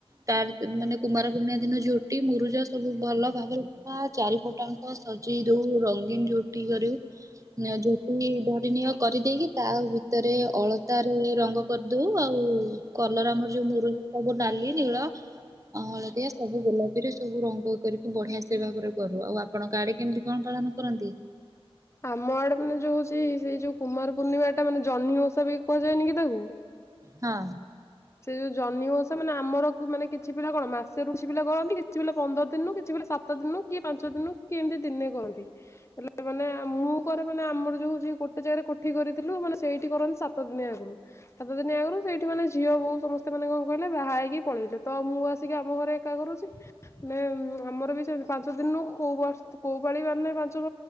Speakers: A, on the right; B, on the left.
A: ତାର ତ ମାନେ କୁମାର ପୂନେଇଁ ଦିନ ଝୋଟି ମୁରୁଜ ସବୁ ଭଲ ଭାବରେ ଚ‌ଉଁରା ଚାରିପଟ ଆଙ୍କ ସଜେଇ ଦୋଉ ରଙ୍ଗୀନ ଝୋଟି କରୁ। ଆଁ ଝୋଟି ଧରିନିଅ କରିଦେଇକି ତା ଭିତରେ ଅଳତାରେ ରଙ୍ଗ କରିଦୋଉ ଆଉ କଲର ଆମର ଯୋଉ ମୁରୁଜ ସବୁ ନାଲି, ନୀଳ ଆଉ ହଳଦିଆ ସବୁ ଗୋଲାପୀରେ ସବୁ ରଙ୍ଗ କରିକି ବଢିଆ ସେ ଭାବରେ କରୁ ଆଉ ଆପଣଙ୍କ ଆଡେ କେମିତି କଣ ପାଳନ କରନ୍ତି?
B: ଆମ ଆଡେ ମାନେ ଯୋଉ ସେଇ ସେଇ ଯୋଉ କୁମାର ପୂର୍ଣ୍ଣିମାଟା ମାନେ ଜହ୍ନି ଓଷା ବି କୁହାଯାନି କି ତାକୁ?
A: ହଁ।
B: ସେ ଯୋଉ ଜହ୍ନି ଓଷା ମାନେ ଆମର କୁ ମାନେ କିଛି ପିଲା କଣ ମାସରୁ କିଛି ପିଲା କରନ୍ତି, କିଛି ପିଲା ପନ୍ଦର ଦିନରୁ କିଛି ପିଲା ସା ତ ଦିନୁ କିଏ ପାଞ୍ଚ ଦିନୁ କି ଏମିତି ଦିନେ କରନ୍ତି। ହେଲେ ମାନେ ମୁଁ କରେ ମାନେ ଆମର ଯୋଉ ହୋଉଚି। ଗୋଟେ ଜାଗାରେ କୋଠି କରିଥିଲୁ ମାନେ ସେଇଠି କରନ୍ତି ସାତ ଦିନି ଆଗରୁ। ସାତ ଦିନ ଆଗରୁ ସେଇଠି ମାନେ ଝିଅ ବୋଉ ସମସ୍ତେ ମାନେ କଣ କହିଲେ ବାହା ହେଇକି ପଳେଇଲେ। ତ ମୁଁ ଆସିକି ଆମ ଘରେ ଏକା କରୁଚି। ନା ଆମର ବି ସେମ୍ ପାଞ୍ଚ ଦିନରୁ କୋଉ ବର୍ଷ କୋଉ ପାଳିି ମାନେ ପାଞ୍ଚ